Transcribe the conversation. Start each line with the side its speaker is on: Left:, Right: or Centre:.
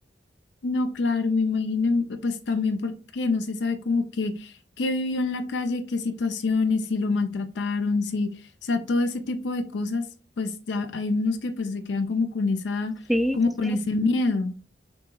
Left: No, claro, me imagino, pues también porque no se sabe como que qué vivió en la calle, qué situaciones, si lo maltrataron, si, o sea, todo ese tipo de cosas, pues ya hay unos que pues se quedan como con esa,
Centre: Sí,
Left: como
Centre: sí,
Left: con
Centre: sí,
Left: ese miedo.